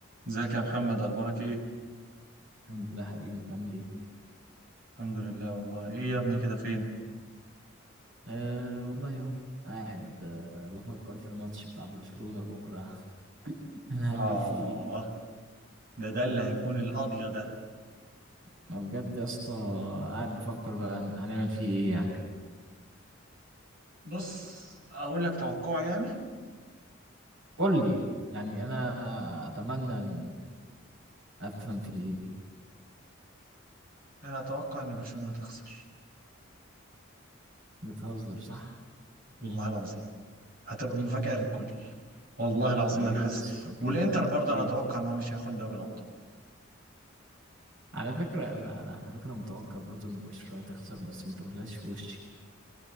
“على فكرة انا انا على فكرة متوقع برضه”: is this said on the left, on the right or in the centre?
Right